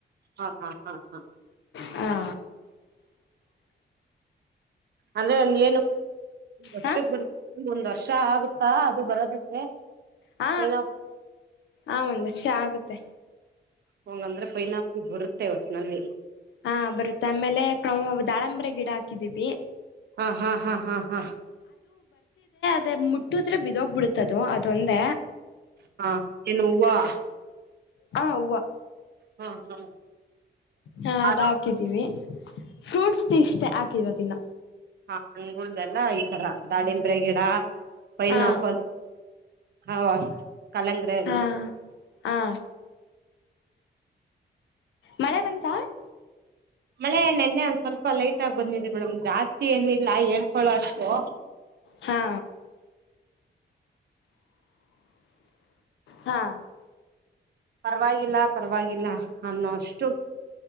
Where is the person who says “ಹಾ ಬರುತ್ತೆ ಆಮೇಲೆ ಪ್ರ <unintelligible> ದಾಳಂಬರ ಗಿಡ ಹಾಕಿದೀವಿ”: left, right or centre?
Left